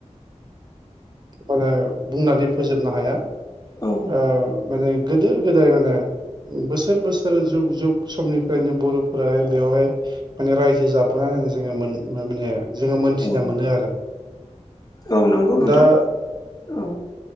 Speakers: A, on the right; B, on the left.
A: माने बुंनानै फोजोबनो हाया। ओ
B: औ
A: माने गोदो गोदाय माने बोसोर बोस स जुग जुग समनिफ्रायनो बर फोराहाय बेवहाय माने रायजो जाबोनायनानै जोङो माने जोङो मोनथिना
B: औ
A: मोनो आरो।
B: औ नंगौ नोंथां
A: दा
B: औ